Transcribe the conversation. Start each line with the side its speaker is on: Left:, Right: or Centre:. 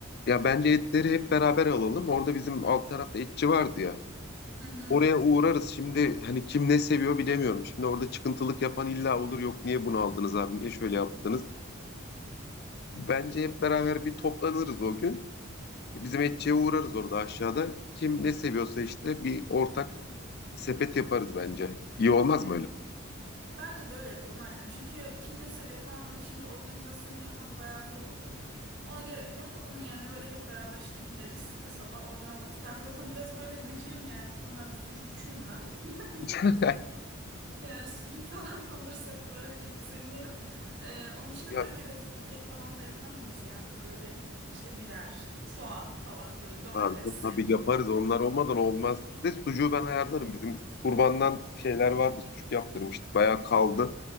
Left: Ya bence etleri hep beraber alalım. Orada bizim alt tarafta etçi vardı ya.
Right: Hı hı.
Left: Oraya uğrarız. Şimdi hani kim ne seviyor bilemiyorum. Şimdi orada çıkıntılık yapan illa olur. Yok niye bunu aldınız abi? Niye şöyle yaptınız? Bence hep beraber bir toplanırız o gün. Bizim etçiye uğrarız orada aşağıda. Kim ne seviyorsa işte bir ortak sepet yaparız bence. İyi olmaz
Right: hı.
Left: mı öyle?
Right: Bence de öyle yapalım aynen. Çünkü kim ne seviyor falan onu şimdi organizasyonu yapmak bayağı zor olur. Ona gerek yok. Onun yerine böyle hep beraber işte gideriz kasaba oradan alırız. Ben zaten biraz böyle gıcığım yani o konularda sucukçuyum ben. <laughs>
Left: <laughs>
Right: Yani sucuk falan <laughs> alırsak böyle çok sevinirim. Ee, onun için de
Left: Ya
Right: böyle közlü şey falan da yapar mıyız ya? Böyle işte biber, soğan falan böyle domates.
Left: kanka tabii
Right: <laughs>
Left: yaparız. Onlar olmadan olmaz. De sucuğu ben ayarlarım. Bizim kurbandan şeyler vardı. Sucuk yaptırmıştık. Bayağı kaldı.